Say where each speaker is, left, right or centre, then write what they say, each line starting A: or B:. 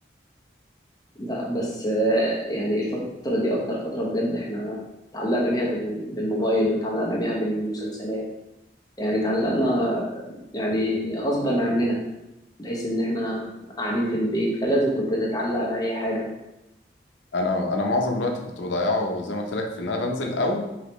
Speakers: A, on the left; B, on the left.
A: لا بس آه، يعني الفترة دي أكتر فترة بجد إحنا تعلقنا بيها بال- بالموبايل وتعلقنا بيها بالمسلسلات يعني تعلقنا يعني غصبا عننا بحيث إن إحنا قاعدين في البيت فلازم كنت تتعلق بأي حاجة
B: انا انا معظم الوقت كنت بضيعه زي ما قلت لك في ان انا بنزل او